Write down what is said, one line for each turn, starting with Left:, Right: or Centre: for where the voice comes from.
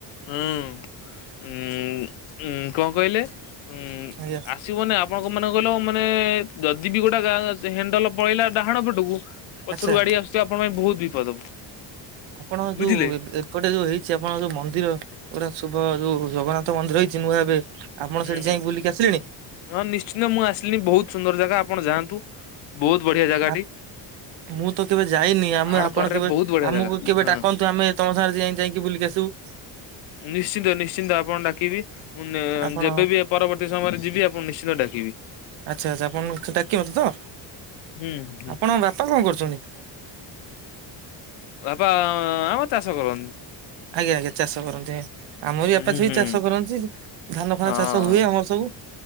Left: ହୁଁ ଉ କଣ କହିଲେ ଉଁ
Right: ଆଜ୍ଞା
Left: ଆସିବନେ ଆପଣଙ୍କ ମାନେ କହିଲ ମାନେ ଯଦି ବି ଗୋଟେ ଗାଁ ସେ ହଣ୍ଡଲ ପଳେଇଲା ଡାହାଣ ପେଟକୁ ପଛରୁ
Right: ଆଚ୍ଛା
Left: ଗାଡି ଆସୁଛି ଆପଣ ପାଇଁ ବହୁତ ବିପଦ।
Right: ଆପଣ
Left: ବୁଝିଲେ
Right: ଯୋଉ ଗୋଟେ ଯୋଉ ହେଇଛି ଆପଣଙ୍କ ଯୋଉ ମନ୍ଦିର ଗୋଟା ଶୁଭ ଯୋଉ ଜଗନ୍ନାଥ ମନ୍ଦିର ହେଇଛି ନୂଆ ଏବେ ଆପଣ
Left: ହୁଁ
Right: ସେଠି
Left: ହୁଁ
Right: ଯାଇକ ବୁଲିକି ଆସିଲେଣି?
Left: ହଁ ନିଶ୍ଚିନ୍ତ ମୁଁ ଆସିଲି ବହୁତ ସୁନ୍ଦର ଜାଗା ଆପଣ ଯାଆନ୍ତୁ ବହୁତ ବଢିଆ ଜାଗାଟି।
Right: ଆ- ମୁଁ ତ କେବେ ଯାଇନି ଆମେ
Left: ପାହାଡ
Right: ଆପଣ
Left: କରରେ
Right: କେବେ
Left: ବହୁତ ବଢିଆ
Right: ଆମକୁ
Left: ଜାଗା
Right: କେବେ
Left: ହଁ
Right: ଡାକନ୍ତୁ ଆମେ ତମ ସାଙ୍ଗରେ ଯାଇ ଯାଇକି ବୁଲି ଆସ ତ
Left: ନିଶ୍ଚିନ୍ତ ନିଶ୍ଚିନ୍ତ ଆପଣ ଡାକିବି
Right: ଆପଣ
Left: ଯେବେବି ପରବର୍ତ୍ତୀ ସମୟରେ ଯିବି ଆପଣ ନିଶ୍ଚି ଡାକିବି।
Right: ଆଚ୍ଛା ଆଚ୍ଛା ଆପଣ ଡାକିବତେ ତ
Left: ହୁଁ ହୁଁ
Right: ଆପଣ ବାପା କଣ କରୁଛନ୍ତି?
Left: ବାପ ଆମତ ଚାସ କରରୁ।
Right: ଆଜ୍ଞା ଆଜ୍ଞା ଚାଷ କରନ୍ତି ଆମର
Left: ହୁଁ
Right: ବି ବାପା ଛୁଇ
Left: ହୁଁ
Right: ଚାଷ କରନ୍ତି ଧାନ ଫାନ
Left: ହଁ
Right: ଚାଷ ହୁଏ ଆମର ସବୁ।